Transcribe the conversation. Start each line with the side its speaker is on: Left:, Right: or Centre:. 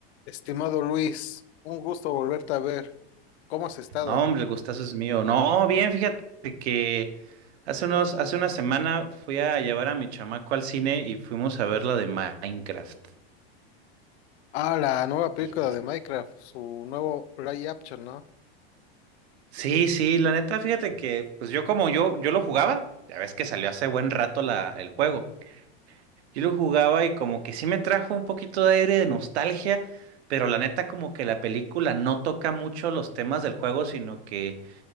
Left: Estimado Luis, un gusto volverte a ver. ¿Cómo has estado?
Right: No, hombre, el gustazo es mío. No, bien, fíjate que hace unos, hace una semana fui a llevar a mi chamaco al cine y fuimos a ver la de Minecraft.
Left: Ah, la nueva película
Right: Y pues,
Left: de Minecraft, su nuevo live action, ¿no?
Right: sí, sí, la neta, fíjate que, pues yo como yo, yo lo jugaba, ya ves que salió hace buen rato la, el juego. Yo lo jugaba y como que sí me trajo un poquito de aire de nostalgia, pero la neta como que la película no toca mucho los temas del juego, sino que